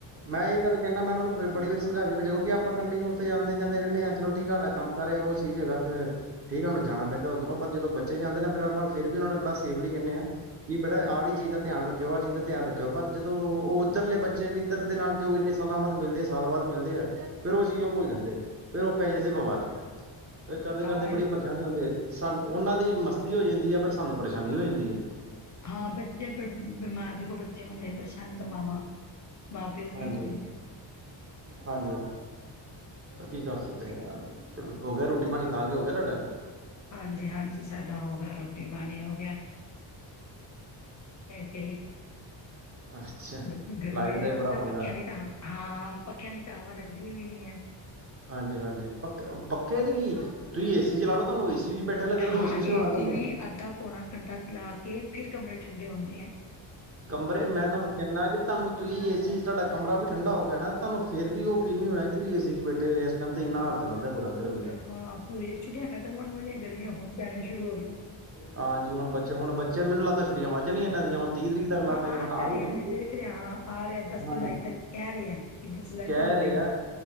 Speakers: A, on the right; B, on the left.
A: ਮੈਂ ਇਹ ਗੱਲ ਉਣਾ ਨੂੰ ਵੀ ਦੱਸ ਦਿਓ। ਕਹਿੰਦਾ ਮੈਂਨਾਂ ਨੂੰ ਬੜੀ ਵ ਸਮਾ ਕੇੇਜਊੂਗੀ ਆਪਾਂ ਕੰਟੀਿਊ ਉੱਥੇ ਆਂਦੇ ਜਾਂਦੇ ਰਹਿੰਦੇ ਹ ਚੋ ਠੀਕ ਆਾ ਕੰਮ ਕਰਹਾ ਉਹ ਚੀਜ਼ ਹੈਗਾ ਸੀ। ਠੀਕ ਆ ਉਹਨੂੰ ਜਾਣਾ ਪੈਂਦਾ ਉੱਧਰੋਂ ਵਿਚ ਬਦਲਾਅ ਹਨ। ਪਰ ਜਦੋਂ ਬੱਚੇ ਜਾਂਦੇ ਨਾ ਫਿਰ ਆਪ ਫਿਰ ਵੀ ਉਹਨਾਂ ਨੇ ਬੜਾ ਸੇਫਲੀ ਕਹਿੰਦੇ ਆਾਂ ਕਿ ਬੇਾ ਆ ਵਾਲੀ ਚੀਜ਼ ਦਾ ਧਿਆਨ ਰੱਖਓ ਆਹ ਚੀਜ਼ ਦਾ ਧਿਆਨ ਰੱਖਣਾ ਚਾਹੀਦਾ ਸੀ। ਰੱਖਿਓ ਪਰ ਜਦੋਂ ਉਹ ਉੱਧਰਲੇ ਬੱਚੇ ਵੀ ਇੱਧਰ ਦੇ ਨਾਲ ਜੋ ਇੰਨੇ ਸਾਲਾਂ ਬਾਅਦ ਮਿਲਦੇ ਸਾਲ ਬਾਅਦ ਮਿਲਦੇ ਆ ਕੇ ਮੈਨੂੰ ਵੀ ਹੈ। ਫੇਰ ਉਹ ਚੀਜ਼ ਉਹ ਭੁੱਲ ਜਾਂਦੇ ਫੇਰ ਉਹ ਪੈ ਜਾਂਦੇ ਬਿਮਾਰ ਫਿਰ ਕਰਦੇ
B: ਹਾਂ
A: ਕਰਦੇ ਬੜੀ
B: ਇਹ ਤੇ
A: ਪਰੇਸ਼ਾਨੀ
B: ਹੈ।
A: ਹੁੰਦੀਆਂ ਹਨ। ਸਾਨ ਉਹਨਾਂ ਦੀ ਮਸਤੀ ਹੋ ਜਾਂਦੀ ਹੈ ਪਰ ਸਾਨੂੰ ਪਰੇਸ਼ਾਨੀ ਹੋ ਜਾਂਦੀ ਹੈ।
B: ਹਾਂ ਬੱਚੇ ਬਿਮਾਰ ਦੇਖੋ ਬੱਚੇ ਹੁੰਦੇ ਪਰੇਸ਼ਾਨੀ ਨਹੀਂ ਹੈ। ਮਾਵਾਂ ਮਾਂ ਪਿਓ
A: ਹਾਂਜੀ
B: <unintelligible>
A: ਹਾਂਜੀ ਕੀ ਕਰ ਸਕਦੇ ਯਾਰ ਚ ਹੋ ਗਿਆ ਰੋਟੀ ਪਾਣੀ ਖਾ ਕੇ ਹੋ ਗਿਆ ਤੁਹਾਡਾ
B: ਹਾਂਜੀ, ਹਾਂਜੀ ਸਾਡਾ ਹੋ ਗਿਆ ਰੋਟੀ ਪਾਣੀ ਹੋ ਗਿਆ। <unintelligible>
A: ਅੱਛਾ
B: ਗ ਗਰਮੀ
A: ਲਾਈਟ
B: ਦੀ
A: ਦਾ ਹੀ
B: ਬਾਤ
A: ਬੜਾ
B: ਹੈ
A: ਪੰਗਾ
B: ਪੱਖਿਆਂ ਦੀ ਤਾਂ ਹਵਾ ਹਾਂ ਪੱਖਿਆਂ ਦੀ ਤਾਂ ਹਵਾ ਲੱਗਦੀ ਵੀ ਨੀ ਹੈ। <unintelligible>
A: ਹਾਂਜੀ ਹਾਂਜੀ ਪੱਕ ਪੱਕੇ ਤੇ ਕੀ ਤੁਸੀਂ ਏਸੀ ਚਲਾ ਲੋ ਤੁਹਾਨੂੰ ਏਸੀ ਵੀ ਬੈਠੇ ਲੱਗੇ ਤੁਹਾਨੂੰ
B: ਹਾਂ
A: ਮਹਿਸੂਸ ਨਹੀਂ
B: ਏਸੀ
A: ਹੋਣਾ ਤੁਹਾਨੂੰ
B: ਵੀ ਅੱਧਾ ਪੌਣਾ ਕੰਢਾ ਚਲਾ ਕੇ ਫਿਰ ਕਮਰੇ ਠੰਡੇ ਹੁੰਦੇ ਹੈ।
A: ਕਮਰੇ ਮੈਂ ਤੁਹਾਨੂੰ ਕਹਿੰਦਾ ਕਿ ਤੁਹਾਨੂੰ ਤੁਸੀਂ ਏਸੀ ਚ ਤੁਹਾਡਾ ਕਮਰਾ ਵੀ ਠੰਡਾ ਹੋ ਗਿਆ ਨਾ ਤੁਹਾਨ ਫਿਰ ਵੀ ਉਹ ਫੀਲ ਨੀ ਹੋਣਾ ਕਿ ਤੁਸੀਂ ਇਸੀ ਚ ਬੈੇਠੇ ਹੋਏ ਆ
B: ਹਾਂ
A: <unintelligible>
B: ਹਾਂ ਪੂਰੀ ਛੁੱਟੀਆਂ ਖਤਮ ਹੋਣ ਵਾਲੀਆਂ ਗਰਮੀਆਂ ਹੁਣ ਪੈਣੀਆਂ ਸ਼ੁਰੂ ਹੋ ਗਈਆਂ
A: ਹਾਂਜੀ ਹੁਣ ਬੱਚੇ ਹੁਣ ਬੱਚਿਆਂ ਮੈਨੂੰ ਲੱਗਦਾ ਛੁੱਟੀਆਂ ਵੱਧ ਜਾਣਿਆ ਇਹਨਾਂ ਦੀਆਂ। ਤਰੀਕ ਤੱਕ ਲਾ
B: ਹਾਂ
A: ਮੇਰੇ
B: ਆ
A: ਖਿਆਲ ਨਾਲ
B: ਤਾਂ
A: ਆਹੀ
B: ਰਿਹਾ
A: ਮਹੀਨੇ
B: ਮੈਂ ਦੇਖ ਰਿਹਾ ਹਾਂ ਆ ਰਿਹਾ ਦਸ
A: ਹਾਂਜੀ
B: ਜੁਲਾਈ ਤੱਕ ਕਹਿ ਰਿਹਾ ਕਿ ਦਸ ਜੁਲਾਈ
A: ਕਹਿ
B: ਤੱਕ। ਹੋ
A: ਰਹੇ
B: ਜਾਣਗੀਆਂ।
A: ਆ